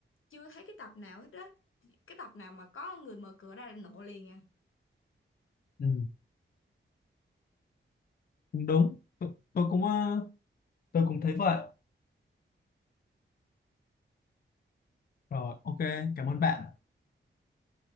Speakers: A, on the left; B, on the left.
A: chưa thấy cái tập nào hết á cái tập nào mà có người mở cửa ra là nổ liền à
B: ừ, cũng đúng tôi, tôi cũng ờ, tôi cũng thấy vậy rồi ok cảm ơn bạn